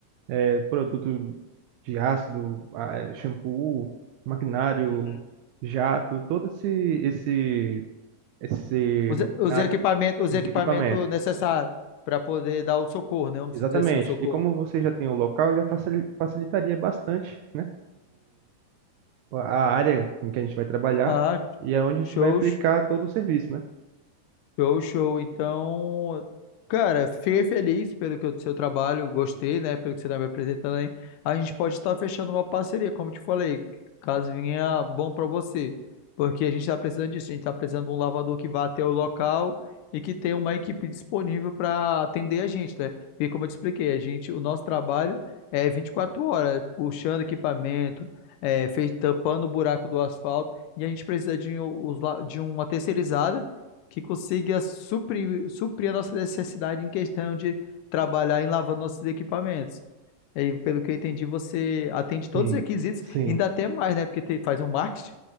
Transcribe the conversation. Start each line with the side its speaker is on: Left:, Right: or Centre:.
Right: eh, produto de ácido, ah, eh, shampoo, maquinário,
Left: Uhum.
Right: jato, todo esse esse esse
Left: Os,
Right: maquinário,
Left: os equipamentos, os
Right: os
Left: equipamentos
Right: equipamentos.
Left: necessários para poder dar o socorro, né? Vamos
Right: Exatamente.
Left: dizer assim, o socorro.
Right: E como você já tem o local, já facili facilitaria bastante, né, a área em que a gente vai trabalhar
Left: Ah,
Right: e aonde
Left: show,
Right: a gente vai aplicar todo o serviço, né?
Left: Show, show. Então, cara, fiquei feliz pelo que, o seu trabalho, gostei, né? Pelo que você está me apresentando aí. A gente pode estar fechando uma parceria, como eu te falei, caso venha bom para você. Porque a gente está precisando disso, a gente está precisando de um lavador que vá até o local e que tenha uma equipe disponível para atender a gente, né? Porque como eu te expliquei, a gente, o nosso trabalho é 24 horas, puxando equipamento, é, fe- tampando o buraco do asfalto, e a gente precisa de, um- os la- de uma terceirizada que consiga suprir, suprir a nossa necessidade em questão de trabalhar em lavando nossos equipamentos. E pelo que eu entendi, você atende todos
Right: Sim,
Left: os requisitos,
Right: sim,
Left: ainda até mais, né? Porque te- faz um marketing.